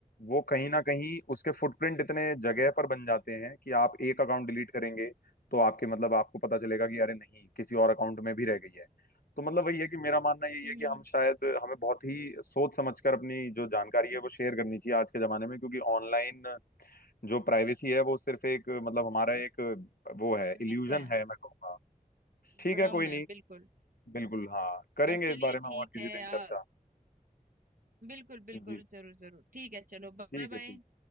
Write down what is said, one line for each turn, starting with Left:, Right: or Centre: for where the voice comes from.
Left: वो कहीं ना कहीं उसके फुटप्रिंट इतने जगह पर बन जाते हैं कि आप एक अकाउंट डिलीट करेंगे तो आपके मतलब आपको पता चलेगा कि अरे नहीं किसी और अकाउंट में भी रह गई है तो मतलब वही है कि मेरा मानना यही
Right: हम्म
Left: है कि
Right: हम्म,
Left: हम
Right: हम्म।
Left: शायद हमें बहुत ही सोच समझकर अपनी जो जानकारी है वो शेयर करनी चाहिए आज के जमाने में क्योंकि ऑनलाइन जो प्राइवेसी है वो सिर्फ एक मतलब हमारा एक वो है
Right: मिथ
Left: इल्यूजन
Right: है
Left: है मैं कहूँगा ठीक
Right: भ्रम
Left: है कोई
Right: है
Left: नहीं
Right: बिल्कुल
Left: बिल्कुल हाँ करेंगे
Right: अ, चलिए
Left: इस बारे में
Right: ठीक
Left: और किसी
Right: है
Left: दिन
Right: अ,
Left: चर्चा
Right: बिल्कुल बिल्कुल
Left: जी
Right: जरूर जरूर ठीक है चलो बाय
Left: ठीक है
Right: बाय
Left: ठीक